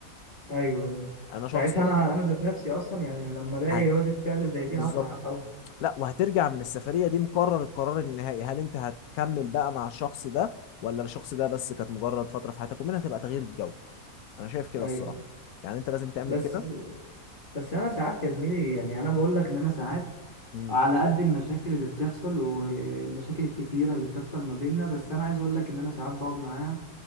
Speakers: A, on the left; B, on the left.
A: ايوه ايوه
B: انا
A: ساعتها
B: شخص
A: انا انا ذات نفسي اصلا يعني لما الاقي
B: هت...
A: ردة فعل زي دي
B: بالظبط
A: هفرح قوي
B: لا وهترجع من السفرية دي مقرر القرار النهائي هل انت هتكمل بقى مع الشخص ده ولا الشخص ده بس كانت مجرد فترة في حياتك ومنها تبقى تغيير الجو انا شايف كده
A: ايوه
B: الصراحة يعني انت لازم تعمل
A: بس
B: كده
A: بس انا ساعات يا زميلي يعني انا بقول لك ان انا ساعات
B: مم.
A: على قد المشاكل اللي بتحصل والمشاكل الكتيرة اللي بتحصل ما بيننا بس انا عايز اقول لك ان انا ساعات بقعد معاها